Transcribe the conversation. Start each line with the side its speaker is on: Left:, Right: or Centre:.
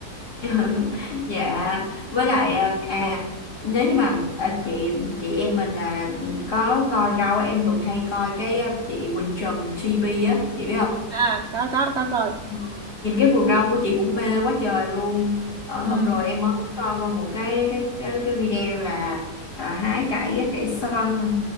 Left: <laughs> dạ với lại à à, nếu như mà à, chị chị em mình là có coi rau á, em thường hay coi cái à, chị Quỳnh Trần TV á chị biết không
Right: à có có có coi
Left: Ừ. Nhìn cái vườn rau của chị cũng mê quá trời luôn. Ờ,
Right: ừ
Left: hôm rồi em mới coi qua một cái cái cái, cái video là à, hái cải á, cải xoăn